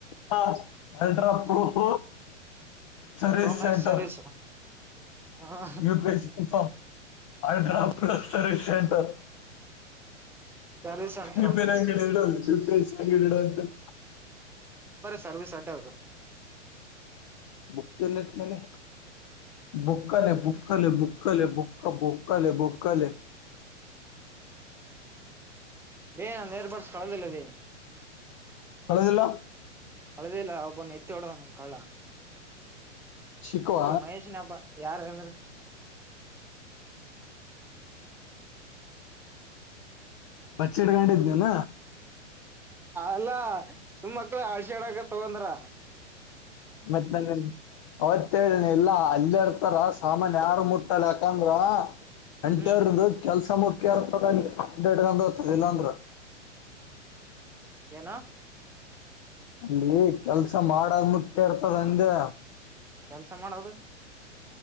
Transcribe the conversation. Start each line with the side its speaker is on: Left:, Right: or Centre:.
Left: ಹಾ ultra proof service
Centre: Pro Max
Left: centre
Centre: service ಹ
Left: ಯು ಪಿ ಎಸ್ ಸಿಫ ಅಲ್ಡ್ರಾ ಪ್ಲಸ್ ಸರ್್ ಸೆಟರ್
Centre: ಸರ್ವಿಸ್
Left: ವಿಪ
Centre: ಸೆಂಟ್ರಲ್
Left: ನಂಗಡಿ ಇ ಅಂಗಂತ
Centre: ಸರ್ವಿಸ ಅ ಹೋಗ
Left: ಬುಕ್ನ್ನಟ್ಟಿಲ್ಲಲ್ಲೇ ಬುಕ್ಕಾಲ ಬುಕಲೆ ಬುಕ್ಕಲೆ ಬುಕ ಬುಕಾಲ ಬಕಲೆ
Centre: ೇ ನಂದ ಏರ್ ಬಡ್ಸ್ಕೊಳದಿಲ್ಲದ
Left: ಹಳದಲ್ಲ
Centre: ಅಳದೇ ಇಲ್ಲ ಒಬ್ಬನ ಎತ್ತಿ ಹೊಡ್ದ ನನ್ ಕಳ್ಳ
Left: ಶಿಕುವ
Centre: ನೀ ಮಹೇಶನ ಹಬ್ಬ ಯಾರ ಅಂದ್ರ
Left: ಬತ್ೆಡು ಗಂಟೆ ಇದನನ
Centre: ಅಲ್ಲ ಸುಮ್ಮ ಮಕ್ಕಳು ಆಡ್ ತಗೊಂಡ್ರ
Left: ಮತ್ತ ನಂದ ಅವತ್ೇಳನ ಇಲ್ಲ ಅಲ್ಲ ಇರ್ತಾರ ಸಾಮಾನ್ಯ ಯಾರ ಮುಟ್ಟಲ್ಲ ಯಾಕಂದ್ರ ಅಂಟರ್ದು
Centre: ಹ್ಮ್
Left: ಕೆಲ್ಸ ಮ ಕೆಪ್ಪ ಟಕ ಹತಲ್ಲ ಅಂದ್ರ
Centre: ಏನ
Left: ಅಲ್ಲಿ ಕೆಲ್ಸ ಮಾಡದ್ ಮುಖ್ಯ ಇರ್ತದ ಅಂದೆ
Centre: ಕೆಲ್ಸ ಮಾಡೋದು